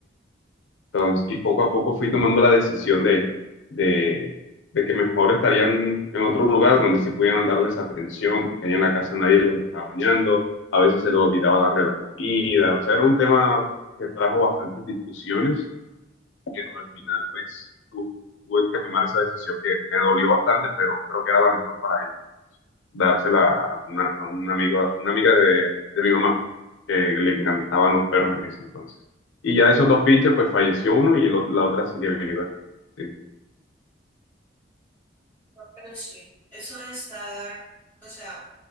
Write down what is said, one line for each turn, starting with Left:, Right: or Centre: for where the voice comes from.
Left: Entonces, y poco a poco fui tomando la decisión de, de, de que mejor estarían en otro lugar donde sí pudieran darles atención, porque ahí en la casa nadie los estaba bañando, a veces se les olvidaba darle la comida, o sea, era un tema que trajo bastantes discusiones pero al final pues tu- tuve que tomar esa decisión que me dolió bastante, pero creo que era la mejor para ellos. Dársela a una, a un amigo, una amiga de, de mi mamá, que le encantaban los perros en ese entonces. Y ya de esos dos pinches, pues falleció uno y el o- la otra sigue viva. Sí.
Right: No, pero sí, eso de estar, o sea,